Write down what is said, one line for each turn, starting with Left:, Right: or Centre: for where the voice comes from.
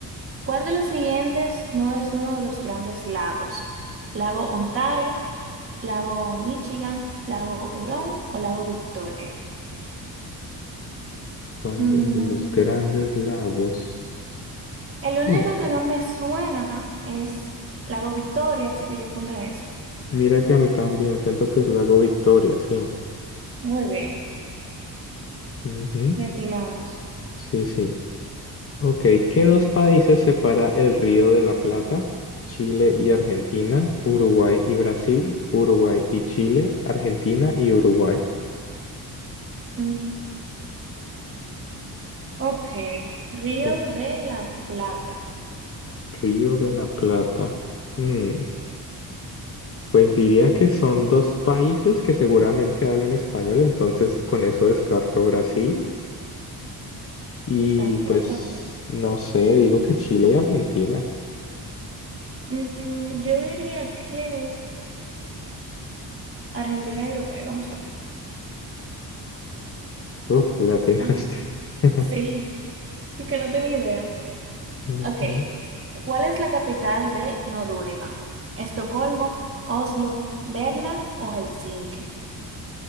Right: ¿Cuál de los siguientes no es uno de los grandes lagos? ¿Lago Ontario, lago Michigan, lago Hurón o lago Victoria?
Left: ¿Cuál
Right: Mm,
Left: de de los grandes lagos?
Right: el único
Left: Ah,
Right: que no me suena es lago Victoria, así que yo pondré eso.
Left: mira que a mí también, siento que es Lago Victoria, sí.
Right: Muy bien,
Left: Ujú,
Right: le atinamos.
Left: Sí, sí. Ok, ¿qué dos países separa el Río de la Plata? Chile y Argentina, Uruguay y Brasil, Uruguay y Chile, Argentina y Uruguay.
Right: Mm, ok, Río
Left: Pues
Right: de la Plata.
Left: Río de la Plata. Mm, pues diría que son dos países que seguramente hablan español, entonces con eso descarto Brasil y
Right: Exacto,
Left: pues
Right: yo también.
Left: no sé, digo que Chile y Argentina.
Right: Mm, yo diría que Argentina y Uruguay, vamos a ver.
Left: Uf, la
Right: Amén.
Left: este. <laughs>
Right: Sí, porque no tenía idea.
Left: Ujú.
Right: Ok, ¿cuál es la capital de Noruega? ¿Estocolmo, Oslo, Berna o Helsinki?